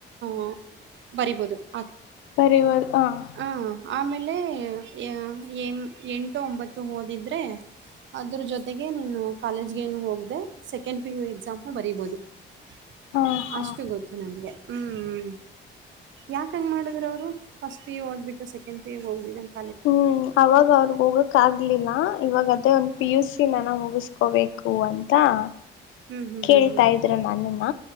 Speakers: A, on the right; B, on the left.
A: <inaudible> ಬರಿಬೋದು. <inaudible>
B: ಬಾರಿಬೋಹುದು. <inaudible>
A: ಆ ಆಮೇಲೆ, ಅ, ಏ, ಎಂಟು, ಒಂಬತ್ತು, ಓದಿದರೆ. <inaudible> ಅದ್ರ, ಜೊತೆಗೆ, ನೀನು ಕಾಲೇಜ್ ಏನು? ಹೋಗೂಧೇ, ಸೆಕೆಂಡ್, ಪಿ, ಯು. ಎಕ್ಸಾಮು ಬರೀಬಹುದು. <inaudible>
B: ಹಾ ಹಾ
A: ಅಷ್ಟು, ಗೊತ್ತು ನನ್ಗೆ. <inaudible> ಮ್ಮ್, ಯಾಕೆ, ಹಂಗೆ, ಮಾಡಿದರು, ಫಸ್ಟ್, ಪಿ, ಯು. ಓದ್ಬಿಟ್ಟು, ಸೆಕೆಂಡ್, ಪಿ, ಯು, ಹೋಗದೆ. <inaudible>
B: ಹ್ಮ್, ಅವಾಗ, ಅವರು, ಹೋಗೋಕೆ, ಆಗ್ಲಿಲ್ಲ, ಇವಾಗ, ಅದೇ, ಒಂದ್, ಪಿ ಯು, ಸಿ, ನಾವು. <inaudible> ಮುಗಿಸ್ಕೊಬೇಕು ಅಂತ. <inaudible>
A: ಹ್ಞೂ ಹ್ಞೂ
B: ಕೇಳ್ತಾ,
A: ಹ್ಞೂ ಹ್ಞೂ
B: ಇದ್ರು ನನ್ನನ್ನ,